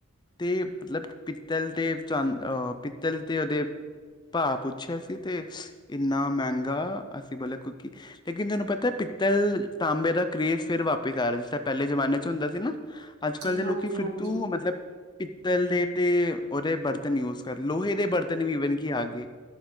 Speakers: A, on the left; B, on the right.
A: ਤੇ ਮਤਲਬ ਪਿੱਤਲ ਤੇ ਚੰਦ ਅਹ ਪਿੱਤਲ ਦੇ ਉਹਦੇ ਭਾ ਪੁੱਛਿਆ ਸੀ ਤੇ ਇੰਨਾ ਮਹਿੰਗਾ ਅਸੀਂ ਬੋਲਿਆਂ ਕਿਉਂਕਿ ਲੇਕਿਨ ਤੁਹਾਨੂੰ ਪਿਤ ਤਲ ਤਾਂਬੇ ਦਾ ਕਰੇਜ਼ ਫਿਰ ਵਾਪਿਸ ਆ ਰਿਹਾ ਜਿਸ ਤਰ੍ਹਾਂ ਪਹਿਲੇ ਜਮਾਨੇ ਚ ਹੁੰਦਾ ਸੀ ਨਾ ਅੱਜ ਕੱਲ੍ਹ
B: ਜੀ
A: ਦੇ ਲੋਕੀ
B: ਹਾਂਜੀ
A: ਫਿਰ
B: ਹਾਂਜੀ
A: ਤੂ ਮਤਲਬ ਪਿੱਤਲ ਦੇ ਤੇ ਉਹਦੇ ਬਰਤਨ ਯੂਜ ਕਰ ਲੋਹੇ ਦੇ ਬਰਤਨ ਵੀ ਈਵਨ ਕਿ ਆ ਗਏ